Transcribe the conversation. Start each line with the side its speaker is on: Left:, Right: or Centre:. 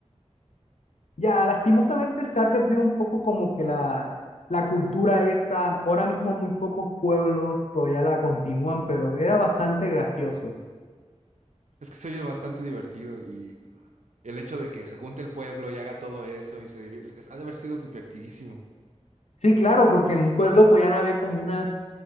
Left: Ya, lastimosamente se ha perdido un poco como que la, la cultura esa. Ahora mismo muy pocos pueblos todavía la continúan, pero era bastante gracioso.
Right: Es que se oye bastante divertido y el hecho de que se junte el pueblo y haga todo eso y se divier- es- Ha de haber sido divertidísimo.
Left: Sí, claro, porque en un pueblo podían haber como unas